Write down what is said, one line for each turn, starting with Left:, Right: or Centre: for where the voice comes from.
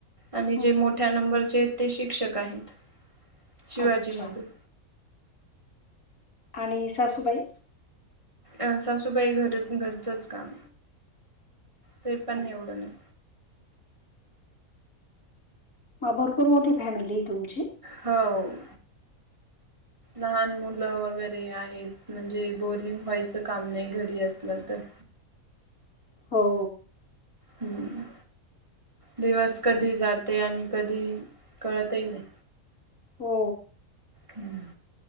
Right: आणि
Left: हं
Right: जे मोठ्या नंबरचे आहेत ते शिक्षक आहेत शिवाजी
Left: अच्छा
Right: मधेच
Left: आणि सासबाई?
Right: अ सासूबाई घर घरचंच काम ते पण
Left: हो.
Right: एवढं नाही.
Left: भरपूर मोठी फॅमिली आहे तुमची?
Right: ह व. लहान मुलं वगैरे आहेत म्हणजे बोरिंग व्हायचं काम नाही घरी असलं तर.
Left: हो.
Right: हम्म, दिवस कधी जाते आणि कधी कळतही नाही.
Left: हो
Right: हम्म.